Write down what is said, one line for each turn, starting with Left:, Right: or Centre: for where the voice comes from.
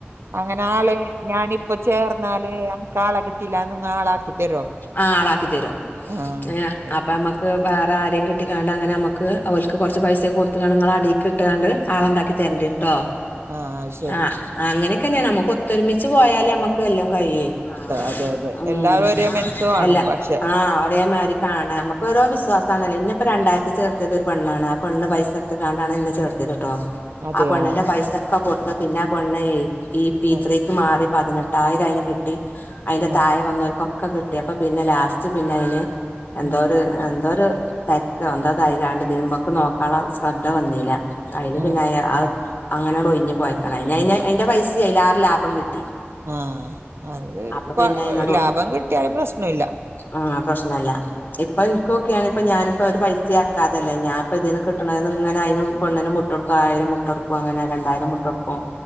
Right: അങ്ങനെ ആള് ഞാനിപ്പോ ചേർന്നാലേ നമുക്ക് ആളെ കിട്ട് <unintelligible> അതിനൊന്നു ആള ആക്കി തരോ
Left: ആ ആളാക്കി തരും
Right: ആഹ്
Left: ഏ
Right: ആയി
Left: അപ്പൊ നമ്മക്ക് വേറെ ആരേം കിട്ടിക്കാണ്ട് അങ്ങനെ അമ്മക്ക് അവൽക്ക് കൊറച്ച് പൈസ കൊടുത്ത് <unintelligible> നിങ്ങള അടീ കിട്ടണണ്ട് ആള ഉണ്ടാക്കി തരണ്ടീട്ടോ
Right: ആഹ് ആഹ് ശെ
Left: ആഹ് അങ്ങനെയൊക്കന്നെയാണ് നമ്മുക്ക് ഒത്തൊരുമിച്ച് പോയാലേ നമ്മക്ക് എല്ലൊം കയ്യൊ ആഹ്
Right: അതെ അതെ.
Left: ആഹ്
Right: എല്ലാവരും ഒരേ മനസ്സ് കാണും
Left: അല്ല
Right: പക്ഷെ
Left: ആ ആഹ് ഒരേ മാരി കാണാ നമ്ക്ക് ഓരോ വി്സ്വാസാണല്ലോ ഇന്നപ്പോ രണ്ടായിരത്തി ചേർത്ത്യത് ഒരു പെണ്ണാണ് ആ പെണ്ണ് പൈസ <unintelligible> ഇന്നെ ചേർത്ത്യത്ട്ടോ.
Right: അതെയാ
Left: ആ പെണ്ണ്ന്റെ പൈസെക്കെ കൊടുത്ത് പിന്നെ ആ പെണ്ണെ <unintelligible>
Right: ഉം
Left: മാറി പതിനെട്ടായിരം അയ്ന് കിട്ടി.
Right: ഉം
Left: <unintelligible> വന്നോൽകൊക്കെ കിട്ട്യാപ്പം പിന്നെ ലാസ്റ്റ് പിന്നെ അയ്ന് എന്തോര്
Right: ഉം
Left: ആ എന്തോര് തെക്കോ എന്താ തായികാണ്ട് ഇതിമക്ക് നോക്കാൻള സ്രദ്ധ വന്നീല്ല. അയ്ല്
Right: ഉം
Left: പിന്നെ അയാ അഹ് അങ്ങനാട് ഒയ്ഞ്ഞ് പോയക്ക അയ്ഞ്ഞയ്ഞ്ഞ് അയ്ന്റെ പൈസിം അയ്ലേറെ ലാഭം കിട്ടി.
Right: ആഹ് അത്
Left: അപ്പൊ പിന്നെ അയിനാണ്ട്
Right: ലാഭം കിട്ട്യാല് പ്രശ്നല്ല.
Left: ആഹ് പ്രശ്നല്ല. ഇപ്പൊ ഇൻകോക്യാണി ഇപ്പം ഞാനിപ്പോ ഒര് പൈസിം എർക്കാതല്ലേ ഞാപ്പം ഇതീന്ന് കിട്ട് ണേന്ന്ങ്ങനെ അയ്നും പെണ്ണ്നും മു വിട്ടൊടുക്കും ആയിരം വ്ട്ടൊട്ക്കും അങ്ങനെ രണ്ടായിരം വ്‌ട്ടൊട്ക്കും.